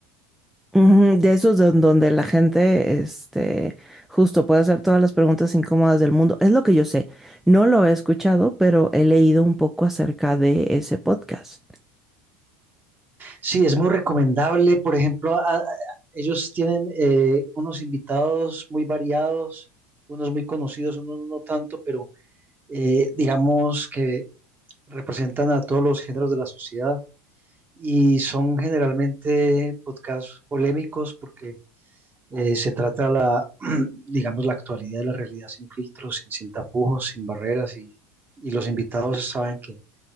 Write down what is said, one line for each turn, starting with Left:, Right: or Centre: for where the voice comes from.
Centre: Ujú, De esos don- donde la gente, este, justo puede hacer todas las preguntas incómodas del mundo. Es lo que yo sé. No lo he escuchado, pero he leído un poco acerca de ese podcast.
Right: Sí, es muy recomendable. Por ejemplo, a- a- ellos tienen eh, unos invitados muy variados, unos muy conocidos, unos no tanto, pero eh, digamos que representan a todos los géneros de la sociedad y son generalmente podcasts polémicos porque eh, se trata la, <clears throat> digamos, la actualidad de la realidad sin filtros, sin, sin tapujos, sin barreras y, y los invitados saben que